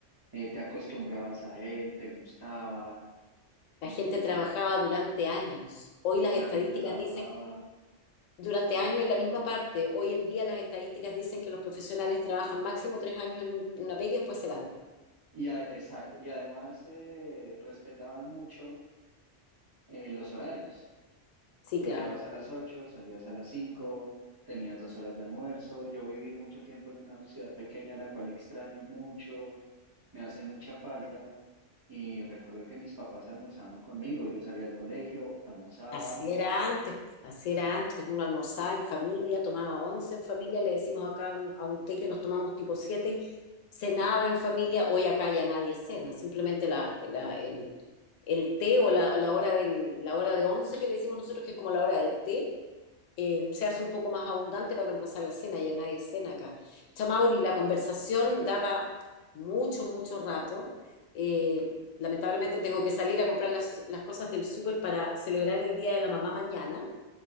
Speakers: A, on the right (about 35°); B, on the left (about 85°).
A: eh, te acostumbrabas a él, te gustaba,
B: La
A: eh,
B: gente trabajaba durante años. Hoy las
A: la
B: estadísticas
A: gente trabajaba.
B: dicen durante años en la misma parte. Hoy en día las estadísticas dicen que los profesionales trabajan máximo tres años en, un- en una pega y después se van.
A: Y a- exacto, y además eh, respetaban mucho eh, los horarios.
B: Sí,
A: Tú
B: claro.
A: entrabas a las 8, salías a las 5, tenías dos horas de almuerzo. Yo viví mucho tiempo en una ciudad pequeña, la cual extraño mucho, me hace mucha falta. Y recuerdo que mis papás almorzaban conmigo. Yo salía al colegio, almorzaba.
B: Así era antes, así era antes. Uno almorzaba en familia, tomaba once en familia, le decimos acá a un, a un té que nos tomamos tipo siete, cenaba en familia. Hoy acá ya nadie cena, simplemente la, la- el, el té o la, la hora del, la hora de once que le decimos nosotros, que es como la hora del té, eh, se hace un poco más abundante para reemplazar la cena, ya nadie cena acá. Chamauri, la conversación da para mucho, mucho rato. Eh, Lamentablemente tengo que salir a comprar las, las cosas del súper para celebrar el Día de la Mamá mañana.